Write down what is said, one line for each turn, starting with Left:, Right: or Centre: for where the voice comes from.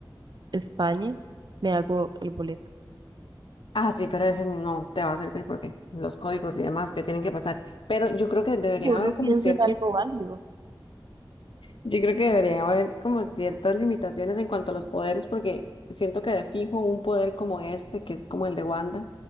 Right: España, me hago el boleto.
Left: Ah, sí, pero ese no te va a servir porque los códigos y demás que tienen que pasar. Pero yo creo que deberían
Right: Que uno
Left: haber como
Right: piensa
Left: ciertas,
Right: en algo válido.
Left: yo creo que deberían haber como ciertas limitaciones en cuanto a los poderes, porque siento que de fijo un poder como este, que es como el de Wanda,